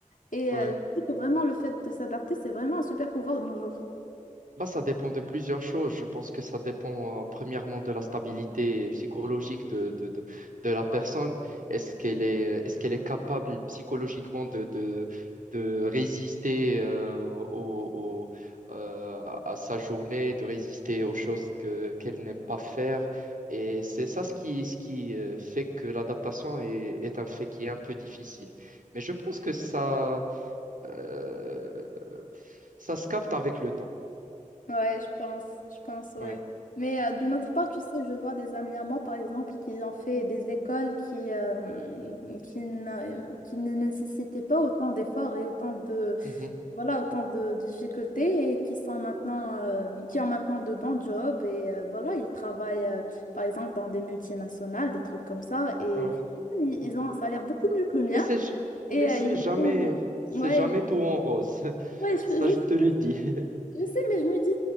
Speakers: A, on the left; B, on the right.
A: Et
B: ouais.
A: euh, je dis que vraiment le fait de s'adapter, c'est vraiment un super pouvoir de nos jours.
B: Bah, ça dépend de plusieurs choses. Je pense que ça dépend euh, premièrement de la stabilité psychologique de, de, de, de la personne. Est-ce qu'elle est, est-ce qu'elle est capable psychologiquement de, de, de résister euh, au, au- euh, à sa journée, de résister aux choses que, qu'elle n'aime pas faire. Et c'est ça ce qui, ce qui euh, fait que l'adaptation est, est un fait qui est un peu difficile. Mais je pense que ça, euh, ça se capte avec le temps.
A: Ouais, je pense, je pense, ouais.
B: Ouais.
A: Mais euh, d'une autre part, tu sais, je vois des amis à moi, par exemple, qui ont fait des écoles qui, euh, qui, n'a- euh, qui ne nécessitaient pas autant d'efforts et autant de,
B: Mhm.
A: voilà, autant de difficultés et qui sont maintenant, euh, qui ont maintenant de bons jobs et euh, voilà, ils travaillent, euh, par exemple, dans des multinationales, des trucs comme ça et
B: Ouais,
A: franchement, ils,
B: ouais.
A: ils ont un salaire beaucoup mieux que le mien
B: Mais c'est, j- mais
A: et euh,
B: c'est
A: ils
B: jamais,
A: font,
B: c'est
A: ouais,
B: jamais tout en rose. <laughs>
A: ouais, je, je
B: Ça, je te
A: sais,
B: le dis. <laughs>
A: je sais, mais je me dis,